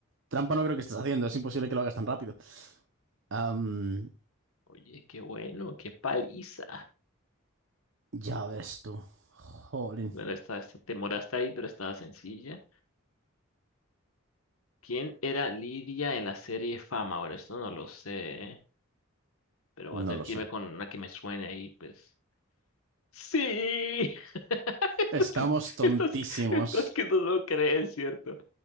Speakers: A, on the right; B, on the left.
A: trampa no creo que estés haciendo, es imposible que lo hagas tan rápido. Am,
B: Oye, qué bueno, qué paliza.
A: ya ves tú. Jolín.
B: Bueno, esta, esta te moraste ahí, pero estaba sencilla. ¿Quién era Lidia en la serie Fama? Bueno, esto no lo sé, ¿eh? pero voy
A: No
B: a tener
A: lo
B: que
A: sé.
B: irme con una que me suene ahí, pues. ¡Sí! <laughs>
A: Estamos tontísimos.
B: Estás, estás que no lo crees, ¿cierto?